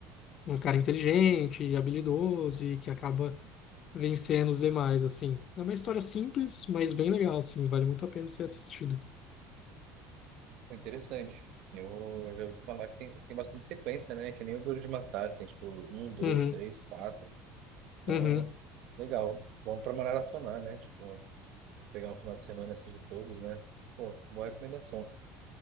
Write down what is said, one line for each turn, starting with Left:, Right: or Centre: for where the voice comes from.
Left: um cara inteligente e habilidoso e que acaba vencendo os demais, assim. É uma história simples, mas bem legal, assim, vale muito a pena ser assistido.
Right: Foi interessante. Eu já ouvi falar que tem, tem bastante sequência, né? Que nem o Duro de Matar. Tem, tipo, um, dois,
Left: Uhum,
Right: três, quatro. Então,
Left: uhum,
Right: legal. Bom pra maratonar, né? Tipo... pegar o final de semana e assistir todos, né? Pô, boa recomendação.